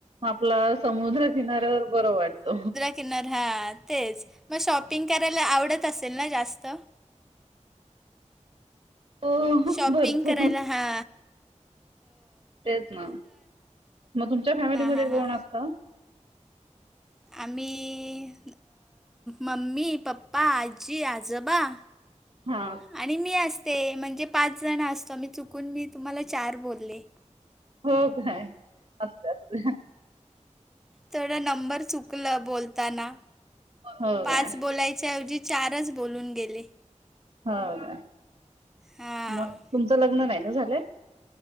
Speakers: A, on the right; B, in the centre.
A: आपला समुद्रकिनाऱ्यावर बरं वाटत
B: किन हा तेच मग शॉपिंग करायला आवडत असेल ना जास्त
A: हो
B: शॉपिंग
A: भरपूर
B: करायला हा
A: तेच ना मग तुमच्या फॅमिलीमध्ये
B: हां हां
A: कोण
B: हां
A: असत
B: आमही मम्मी पप्पा आजी आजोबा ह
A: हा
B: आणि मी असते म्हणजे पाच जण असतो मी चुकून मी तुम्हाला चार बोलले
A: हो काय असत अस
B: ड नंबर चुकलं बोलताना
A: हो
B: पाच
A: काय
B: बोलायच्याऐवजी चारच बोलून गेले
A: हो का
B: हां
A: मग तुमचं लग्न नाही ना झालंय